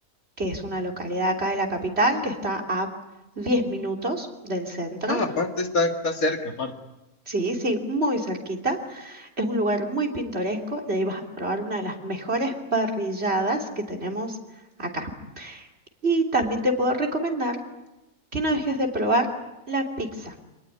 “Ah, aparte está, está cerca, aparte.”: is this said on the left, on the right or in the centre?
Left